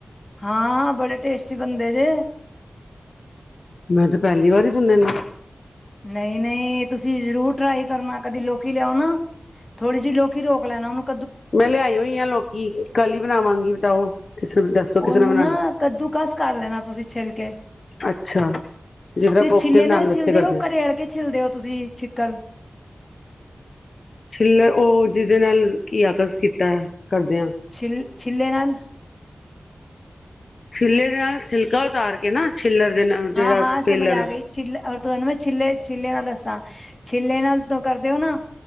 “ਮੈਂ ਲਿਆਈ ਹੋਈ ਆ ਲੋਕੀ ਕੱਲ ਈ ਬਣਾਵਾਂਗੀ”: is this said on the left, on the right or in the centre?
Left